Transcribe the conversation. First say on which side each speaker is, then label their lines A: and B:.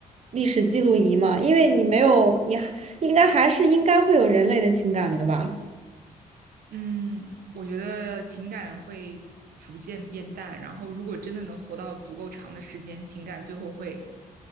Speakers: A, on the right; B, on the right.
A: 历史记录仪吗？因为你没有，你还应该还是应该会有人类的情感的吧？
B: 嗯，我觉得情感会逐渐变淡，然后如果真的能活到足够长的时间，情感最后会